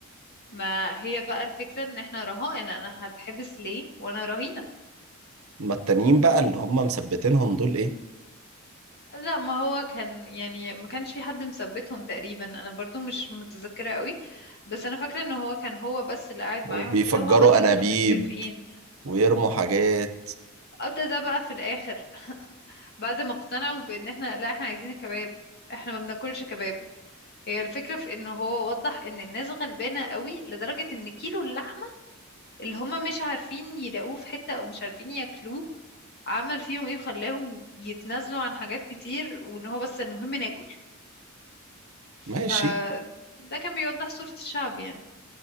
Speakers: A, on the left (about 50°); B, on the right (about 80°).
A: ما هي بقى الفكرة ان احنا رهائن انا هتحبس ليه وانا رهينة
B: اما التانيين بقى اللي هم مثبتينهم دول ايه
A: لا ما هو كان يعني ما كانش في حد مثبتهم تقريبا انا برضو مش متذكرة قوي بس انا فاكرة ان هو كان هو بس اللي قاعد معاهم
B: وبيفجروا
A: كده وهو بس
B: انابيب
A: كانوا متفقين
B: ويرموا حاجات
A: قضى ده بقى في الاخر بعد ما اقتنعوا بان احنا لا احنا عايزين كباب احنا ما بناكلش كباب هي الفكرة في انه هو وضح ان الناس غلبانة قوي لدرجة ان كيلو اللحمة اللي هما مش عارفين يلاقوه في حتة او مش عارفين ياكلوه عمل فيهم ايه وخلاهم يتنازلوا عن حاجات كتير وان هو بس المهم ناكل فده
B: ماشي
A: كان بيوضح صورة الشعب يعني